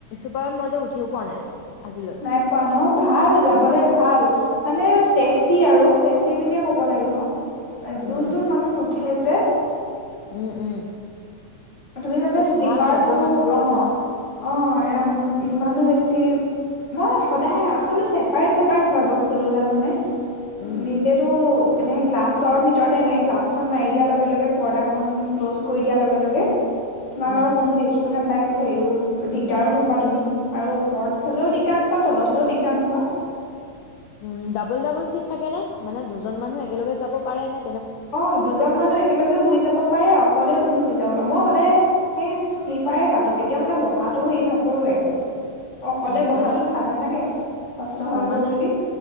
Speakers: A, on the left; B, on the left.
A: পৰত মই যে উঠিও পোৱা নাই আজিলৈ
B: নাই পোৱা ন ভাল যাবলে
A: উহু,
B: ভাল। মানে চছেফটি আৰু চছেফটি বুলিয়ে ক'ব লাগিব
A: উম
B: যোন যোন মানুহ নুঠে হে যে --
A: উম উম
B: তুমি মানে
A: তাতো
B: শ্লিপাৰটো
A: ভাল ভদ্ৰ মানুহবোৰে
B: অ',
A: উঠে ন
B: অ', এ, ইমানো বেছ বেছি মই সদায় আচলতে চেপাৰেট, চেপাৰেট হয়, বস্তুটো জানানে?
A: উম
B: নিজেতো এনে গ্লাছৰ ভিতৰতে এনে গ্লাছখন মাৰি দিয়া লগে, লগে পৰ্দাখন ক্ল'জ কৰি দিয়াৰ লগে, লগে। তোমাক
A: উম
B: আৰু কোনো দেখিও নাপ একো হেৰিও দিগদাৰো নোপোৱা তুমি, আৰু ওপৰত হ'লেও দিগদাৰ নোপোৱা, তলত হ'লেও দিগদাৰ নোপোৱা।
A: উম, ডাবল, ডাবল চিট থাকেনে? মানে দুজন মানুহ একেলগে যাব পাৰেনে?
B: অ', দুজন মানুহ একেলগে শুই যাব পাৰে, অকলেও তুমি শুই যাব পাৰা, মই সদায় সেই শ্লিপাৰে কাটোঁ কেতিয়া মানে বহাটো হেৰি নকৰোৱে। অকলে
A: উম
B: বহাটোত
A: মানে
B: ভাল নালাগে, কষ্ট হ'ব
A: অ মানে
B: বুলি।